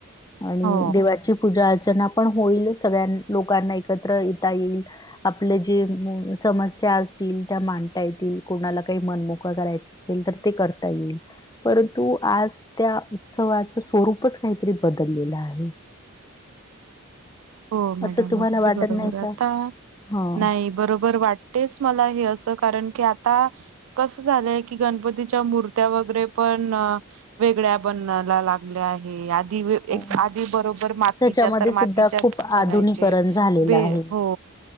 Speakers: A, on the left; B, on the right.
A: आणि
B: हो
A: देवाची पुजा अर्चना पण होईलच- सगळ्या लोकांना एकत्र येता येईल आपलं जे मूळ- समस्या असतील त्या मांडता येतील कोणाला काही मनमोकळं करायचं असेल- असेल तर ते करता येईल परंतु आज त्या उत्सवाचं स्वरूपच काहीतरी बदललेलं आहे <unintelligible>
B: हो मॅडम
A: असं तुम्हाला
B: अगदी
A: वाटत
B: बरोबर
A: नाही का?
B: आता
A: हं.
B: नाही बरोबर वाटत- तेच मला हे असं कारण की आता- कसं झालंय की गणपतीच्या मूर्त्या वगैरे पण- वेगळ्या बनायला लागल्या आहे आधी वेगळ्या-
A: हो.
B: एक आधी बरोबर मातीच्या
A: त्याच्यामध्ये
B: तर
A: सुद्धा
B: मातीच्या-
A: खूप आधुनिकरण
B: बनायचे
A: झालेलं
B: बे
A: आहे.
B: हो-